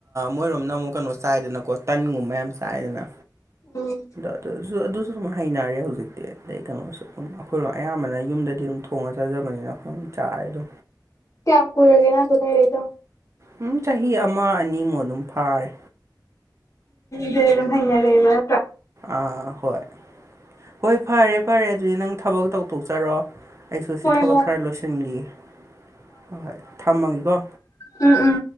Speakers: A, on the right; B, on the left.
A: ꯃꯣꯏꯔꯣꯝꯅ ꯑꯃꯨꯛ ꯀꯩꯅꯣ ꯆꯥꯏꯗꯅꯀꯣ ꯇꯟꯒꯨꯝꯕ ꯌꯥꯝ ꯆꯥꯏꯗꯅ
B: ꯎꯝ
A: ꯑꯗꯣ ꯑꯗꯨꯁꯨ ꯑꯗꯨꯁꯨ ꯑꯗꯨꯝ ꯍꯩꯅꯔꯦ ꯍꯧꯖꯤꯛꯇꯤ ꯑꯗꯩ ꯀꯩꯅꯣꯁꯨ ꯑꯗꯨꯝ ꯑꯩꯈꯣꯏꯔꯣꯝ ꯑꯌꯥꯝꯕꯅ ꯌꯨꯝꯗꯗꯤ ꯑꯗꯨꯝ ꯊꯣꯡꯉꯒ ꯆꯥꯖꯕꯅꯤꯅ ꯑꯩꯈꯣꯏ ꯆꯥꯏꯗꯣ
B: ꯀꯌꯥꯝ ꯀꯨꯏꯔꯒꯦꯅ ꯑꯗꯨ ꯂꯩꯔꯗꯣ
A: ꯎꯝ ꯆꯍꯤ ꯑꯃ ꯑꯅꯤꯃꯨꯛ ꯑꯗꯨꯝ ꯐꯥꯔꯦ
B: ꯗꯦ ꯃꯩꯅꯌꯥ ꯂꯩꯕꯠꯇ
A: ꯑꯥ ꯍꯣꯏ ꯍꯣꯏ ꯐꯔꯦ ꯐꯔꯦ ꯑꯗꯨꯗꯤ ꯅꯪ ꯊꯕꯛ ꯇꯧꯊꯣꯛꯆꯔꯣ ꯑꯩꯁꯨ
B: ꯍꯣꯏ
A: ꯁꯤ ꯊꯕꯛ
B: ꯍꯣꯏ
A: ꯈꯔ ꯂꯣꯏꯁꯤꯟꯈꯤꯒꯦ ꯍꯣꯏ ꯍꯣꯏ ꯊꯝꯃꯒꯦꯀꯣ
B: ꯎꯝ ꯎꯝ